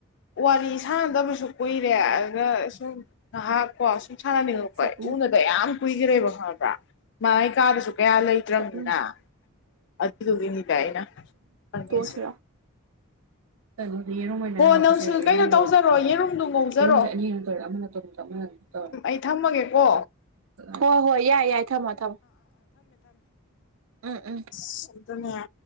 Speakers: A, on the left (about 55°); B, on the right (about 75°).
A: ꯋꯥꯔꯤ ꯁꯥꯟꯅꯗꯕꯁꯨ ꯀꯨꯏ ꯔꯦ ꯑꯗꯨꯒ ꯁꯨꯝ ꯉꯥꯏꯍꯥꯛ ꯀꯣ ꯁꯨꯝ ꯁꯥꯟꯅꯅꯤꯡꯉꯛꯄ
B: ꯆꯠꯅꯤ
A: ꯎꯅꯗ ꯌꯥꯝ ꯀꯨꯏꯈ꯭ꯔꯦꯕ ꯈꯪꯉꯕ꯭ꯔ ꯃꯥꯥꯏ ꯑꯩ ꯀꯥꯗꯁꯨ ꯀꯌꯥ ꯂꯩꯇ꯭ꯔꯝꯅꯤꯅ
B: ꯆꯠꯅꯤ
A: ꯑꯗꯨꯗꯨꯒꯤꯅꯤꯗ ꯑꯩꯅ ꯐꯪꯉꯤꯁꯦ
B: ꯇꯣꯛꯑꯁꯤꯔ ꯎꯝ ꯌꯦꯔꯨꯝ ꯑꯣꯏꯅ
A: ꯍꯣ
B: ꯍꯥꯄꯁꯤꯔ
A: ꯅꯪꯁꯨ ꯀꯩꯅꯣ
B: ꯌꯦꯔꯨꯝꯗꯣ
A: ꯇꯧꯖꯔꯣ
B: ꯑꯣꯏꯅ
A: ꯌꯦꯔꯨꯝꯗꯨ ꯉꯧꯖꯔꯣ
B: ꯌꯦꯔꯨꯝꯁꯦ ꯑꯅꯤ ꯑ ꯇꯧꯔꯦ ꯑꯃꯅ ꯇ ꯑꯃꯅꯝ ꯇꯧꯔꯦ
A: ꯑꯩ ꯊꯝꯃꯒꯦꯀꯣ
B: ꯍꯣꯏ ꯍꯣꯏ ꯌꯥꯏ ꯌꯥꯏ ꯊꯝꯃꯣ ꯊꯝꯃꯣ ꯎꯝ ꯎꯝ
A: ꯁꯤꯗꯅꯦ